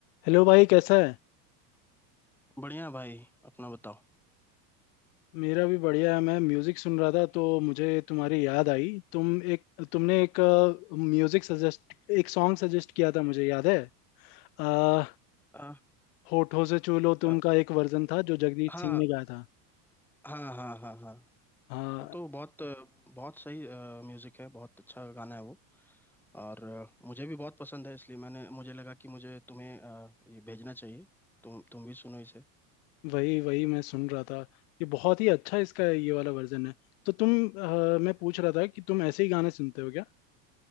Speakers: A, on the left (about 65°); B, in the centre.
A: Hello भाई कैसा है
B: बढ़िया भाई अपना बताओ
A: मेरा भी बढ़िया है मैं म्यूजिक सुन रहा था तो मुझे तुम्हारी याद आई तुम एक तुमने एक म्यूजिक सजेस्ट एक सॉन्ग सजेस्ट किया था मुझे याद है आ,
B: आ,
A: होठों से छू लो
B: आ,
A: तुम का एक वर्जन था जो जगजीत
B: हाँ
A: सिंह ने गाया था
B: हाँ हाँ हाँ हाँ
A: हाँ
B: वो तो बहुत बहुत सही म्यूजिक है बहुत अच्छा गाना है वो और अ, मुझे भी बहुत पसंद है इसलिए मैंने मुझे लगा कि मुझे तुम्हें अ, ये भेजना चाहिए तुम तुम भी सुनो इसे
A: वही वही मैं सुन रहा था ये बहुत ही अच्छा इसका ये वाला वर्जन है तो तुम अ, मैं पूछ रहा था कि तुम ऐसे ही गाने सुनते हो क्या